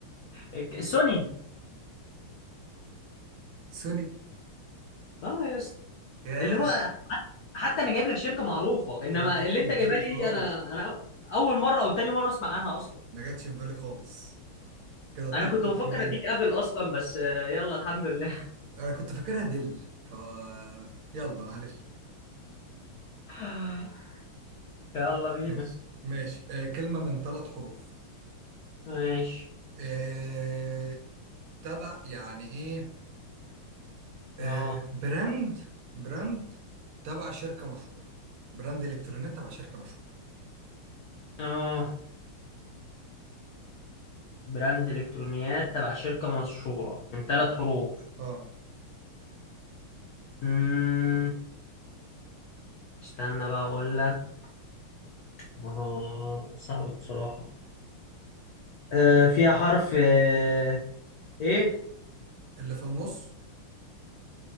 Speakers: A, on the left; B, on the right.
A: الك- سوني
B: سوني
A: اه يا اسطى
B: ياه
A: اللي هو حتى انا جايب لك شركه معروفه انما
B: ده ما جاتش
A: اللي
B: في
A: انت جايبها
B: بالي
A: لي
B: خالص
A: دي انا انا اول مره او تاني مره اسمع عنها اصلا
B: ما جاتش في بالي خالص كده 2-0
A: انا كنت بفكر
B: ليه
A: اديك ابل اصلا بس آه، يلا الحمد لله
B: انا كنت فاكرها دل ف يلا معلش
A: <laughs> <sighs> يلا بينا
B: ماشي ماشي آه كلمة من ثلاث حروف
A: ماشي
B: آه تبع يعني ايه آه
A: اه
B: براند براند تبع شركة مشهورة براند الكترونيات تبع شركة مشهورة
A: اه براند الكترونيات تبع شركه مشهوره من ثلاث
B: اه
A: حروف
B: اه
A: امم استنى بقى اقول لك ما هو صعب بصراحه آه، فيها حرف آه، ايه
B: اللي في النص